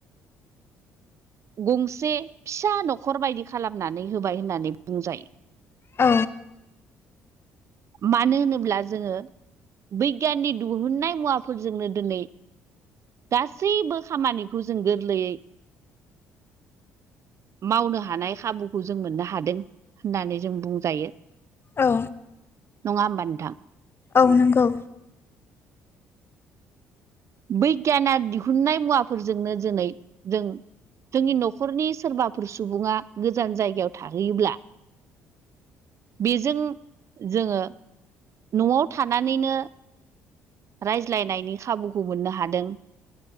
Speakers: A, on the right; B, on the left.
A: गंसे फिसा न'खर बायदि खालामनानै होबाय होननानै बुंजायो।
B: औ
A: मानो होनोब्ला जोङो? बिगियाननि दिहुननाय मुवाफोरजोंनो दिनै गासैबो खामानिखौ जों गोरलैयै मावनो हानाय खाबुखौ जों मोननो हादों होननानै जों बुंजायो।
B: औ।
A: नङा होमबा नोंथां?
B: औ नंगौ।
A: बिगियाना दिहुननाय मुवाफोरजोंनो दिनै जों जोंनि न'खरनि सोरबाफोर सुबुङा गोजान जायगायाव थाहैयोब्ला। बेजों जोङो न'आव थानानैनो, रायज्लायनायनि खाबुखौ मोननो हादों।